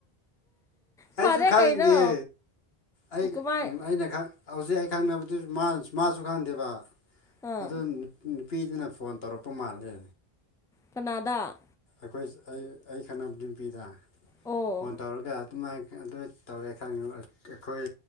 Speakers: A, on the left; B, in the centre.
A: ꯑꯩꯁꯨ
B: ꯐꯔꯦ
A: ꯈꯪꯗꯤꯌꯦ
B: ꯀꯩꯅꯣ
A: ꯑꯩ
B: ꯀꯃꯥꯏ
A: ꯎꯝ ꯑꯩꯅ ꯈꯛ ꯍꯧꯖꯤꯛ ꯑꯩ ꯈꯪꯅꯕꯗꯨ ꯃꯥꯁꯨ ꯈꯪꯗꯦꯕ
B: ꯑꯥ
A: ꯑꯗꯨ ꯅꯨꯄꯤꯗꯨꯅ ꯐꯣꯟ ꯇꯧꯔꯛꯄ ꯃꯥꯜꯂꯦ꯫
B: ꯀꯅꯥꯗꯥ
A: ꯑꯩꯈꯣꯏ ꯑꯩ ꯑꯩ ꯈꯪꯅꯕ ꯌꯄꯤꯗ
B: ꯑꯣ
A: ꯐꯣꯟ ꯇꯧꯔꯒ ꯑꯗꯨꯃꯥꯏꯅ ꯑꯗꯨ ꯇꯧꯋꯦ ꯈꯪꯉꯤ ꯑꯩꯈꯣꯏ